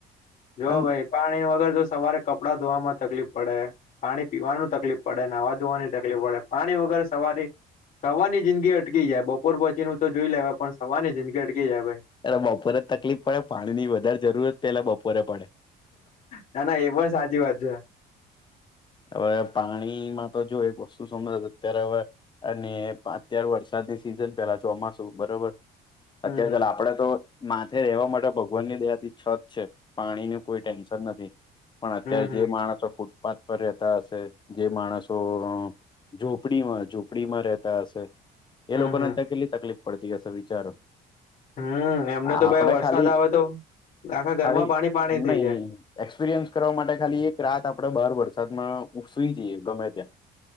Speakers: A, on the left; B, on the left.
A: જો
B: અને
A: ભાઈ પાણી વગર તો સવારે કપડાં ધોવામાં તકલીફ પડે પાણી પીવાનું તકફડ પડે ને આવા ધોવાની તકલીફ પડે પાણી વગર સવારી સવારની જિંદગી અટકી જાય બ ઉપર પોછી ન તો જોઈ લેવા પણ સવા ને જંદગી અટકે જાય ભાઈ
B: એટલે બપોરે તકલીફ પડે પાણી ની વધારે જરૂરત પેલા બપોરે પડે
A: ના ના એ પણ સાચી વાત છે
B: હવે પાણીમાં તો જો એક વસ્તુ સમજ અત્યારે હવે અને અત્યારે વરસાદની સિઝન પેલા ચોમાસું બરોબર
A: હમ
B: અત્યારે
A: હમ
B: ચાલ આપડે તો માથે રહેવા માટે ભગવાન ની દયાથી છત છે પાણીની કોઈ ટેન્શન નથી પણ અત્યારે
A: હમ હમ
B: જે માણસો ફૂટપાથ પર્યતાશે જે માણસો ઝોપડી માં ઝોપડીમાં રહેતા હશે
A: હમ
B: એ લોકોને
A: હમ
B: અ કેટલી તકલીફ પડતી હશે વિચારો
A: હમ એમને
B: આપડે
A: તો ભાઈ વરસાદ
B: ખાલી
A: આવે તો આખા ઘરમાં
B: ખાલી
A: પાણી પાણી
B: એમ
A: થઈ
B: નહી
A: જાય
B: એક્સપિરિયન્સ કરવા માટે ખાલી એક રાત આપણેે બહાર વરસાદમાં સુઈ જઈએ ગમે ત્યાં